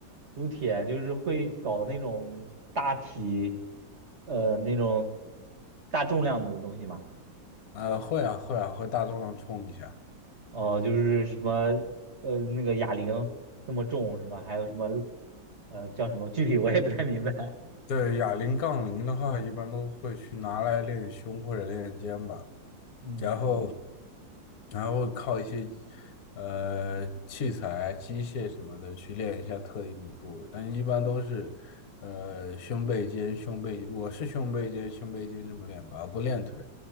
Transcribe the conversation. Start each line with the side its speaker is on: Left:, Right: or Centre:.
Right: 撸铁就是会搞那种大体呃那种大重量的东西嘛。
Left: 啊会啊会啊，会大重量冲一下。
Right: 哦，就是什么呃那个哑铃那么重是吧？还有什么呃叫什么？具体我也不太明白。
Left: 对，哑铃、杠铃的话，一般都会去拿来练胸或者练肩吧，
Right: <laughs> 嗯，
Left: 然后然后靠一些呃器材、机械什么的去练一下特定的部位，但一般都是呃胸背肩、胸背，我是胸背肩、胸背肩这么练吧，我不练腿，